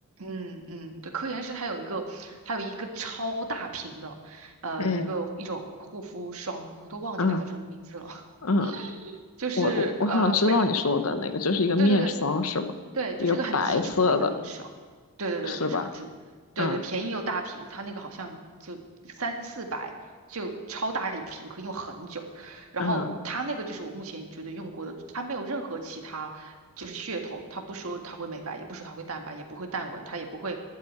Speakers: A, on the right; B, on the left.
A: 嗯嗯，对，科颜氏它有一个它有一个超大瓶的，呃，
B: 嗯，
A: 一个一种护肤霜，我都忘记它叫什么名字了，
B: 嗯
A: <laughs>
B: 嗯，
A: 就是呃非。
B: 我我我想知道你说的那个，就是一个面霜是吗？
A: 对对对，对，就是一个很基础的一个面霜。
B: 一个白色的
A: 对对对，
B: 是吧？
A: 就是很基，对对，
B: 嗯
A: 便宜又大瓶，它那个好像就三四百，就超大一瓶，可以用很久。然后它那个就是我目前觉得用过的，
B: 嗯
A: 它没有任何其他就是噱头，它不说它会美白，也不说它会淡斑，也不会淡纹，它也不会，